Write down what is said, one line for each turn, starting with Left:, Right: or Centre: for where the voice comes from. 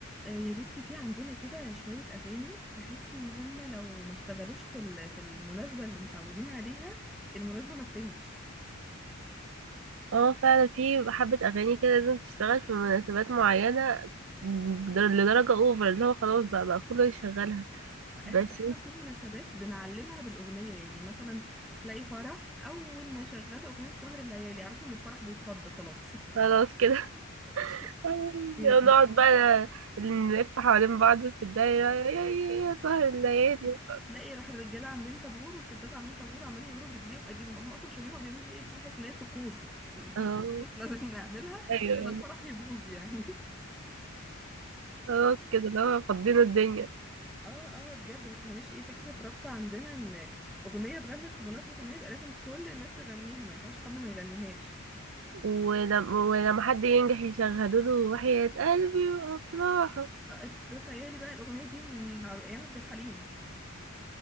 Centre: آه، يا بنتي في عندنا كده شوية أغاني تحسي إن هما لو ما اشتغلوش في ال- في المناسبة اللي متعودين عليها المناسبة ما تتمش
Right: اه فعلا في حبة أغاني كده لازم تشتغل في مناسبات معينة بدر- لدرجة اوفر اللي هو خلاص بقى بقى كله يشغلها
Centre: احنا
Right: بس
Centre: تقريبا في مناسبات بنعلمها بالأغنية يعني مثلا تلاقي فرح أول ما يشغلوا أغنية سهر الليالي اعرفي إن الفرح بيتفض خلاص
Right: خلاص كده
Centre: <laughs>
Right: <laughs>
Centre: إيه، ب-
Right: نقعد بقى نلف حوالين بعض في الدايرة يا يا يا يا سهر الليالي
Centre: وتلاقي راح الرجالة عاملين طابور والستات عاملين طابور وعمالين يعملوا برجليهم ايديهم هم أصلا مش فاهمين هما بيعملوا إيه بس تحس إن هي طقوس في في
Right: اه
Centre: طقوس لازم نعملها
Right: ايوه
Centre: وإلا الفرح يبوظ يعني
Right: خلاص كده اللي هو فضينا الدنيا
Centre: اه اه بجد ما تفهميش ايه فكرة رابطة عندنا ان اغنية اتغنت في مناسبة ما يبقى لازم كل الناس تغنيها ما ينفعش حد ما يغنيهاش
Right: ولما ولما حد ينجح يشغلوا له وحياة قلبي وأفراحه
Centre: آه، تخيلي بقى الاغنية دي من ع- ايام عبد الحليم